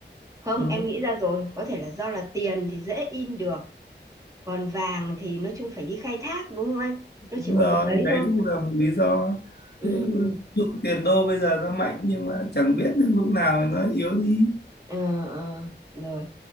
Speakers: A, on the right; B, on the left.
A: không
B: ừ.
A: em nghĩ ra rồi có thể là do là tiền thì dễ in được còn vàng thì nói chung phải đi khai thác đúng không anh nó
B: Đúng
A: chỉ có
B: rồi,
A: từng đấy
B: đấy
A: thôi
B: cũng là một lý do.
A: ừ,
B: Thế, ví
A: ừ.
B: dụ tiền đô bây giờ nó mạnh nhưng mà chẳng biết đến lúc nào nó yếu đi.
A: Ờ, ờ, rồi